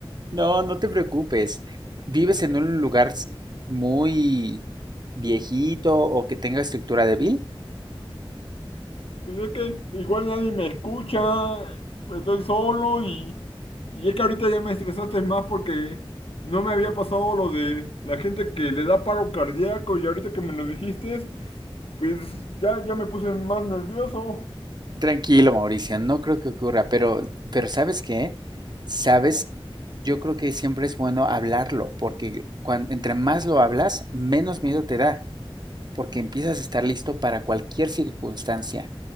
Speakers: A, on the right; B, on the left.
A: No, no te preocupes. ¿Vives en un lugar s- muy viejito o que tenga estructura débil?
B: Pues es que igual nadie me escucha, estoy solo y, y es que ahorita ya me estresaste más porque no me había pasado lo de la gente que le da paro cardíaco y ahorita que me lo dijiste, pues ya, ya me puse más nervioso.
A: Tranquilo, Mauricio, no creo que ocurra, pero, pero ¿sabes qué? Sabes, yo creo que siempre es bueno hablarlo, porque cuan- entre más lo hablas, menos miedo te da, porque empiezas a estar listo para cualquier circunstancia.